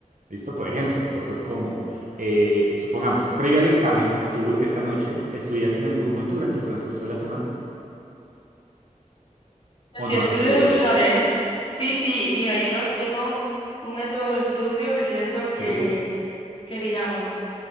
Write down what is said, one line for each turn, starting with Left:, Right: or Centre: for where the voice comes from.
Right: ¿Listo? Por ejemplo, cosas como, eh, supongamos, previo al examen, tú esta noche, ¿estudiaste en algún momento durante el transcurso de la semana? ¿O
Left: Si
Right: no
Left: estudio
Right: has estudiado?
Left: durante... Sí, sí, mira, yo tengo un método de estudio que siento
Right: Sí.
Left: que que digamos,